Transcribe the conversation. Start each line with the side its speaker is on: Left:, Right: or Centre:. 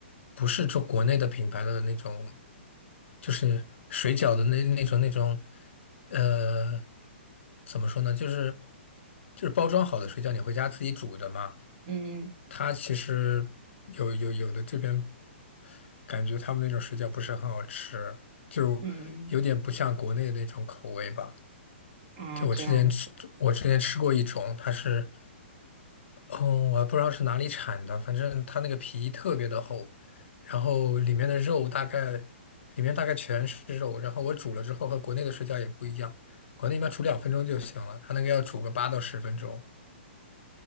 Left: 不是做国内的品牌的那种，就是水饺的那那种那种，呃，怎么说呢，就是就是包装好的水饺，你回家自己煮的嘛，
Right: 嗯
Left: 它其实有有有的这边。感觉他们那种水饺不是很好吃，就有点不像国内的那种口味吧。
Right: 嗯啊，
Left: 就我之前吃，
Right: 这样吧。
Left: 我之前吃过一种，它是，嗯，我还不知道是哪里产的，反正它那个皮特别的厚，然后里面的肉大概，里面大概全是肉，然后我煮了之后和国内的水饺也不一样，国内一般煮两分钟就行了，它那个要煮个八到十分钟。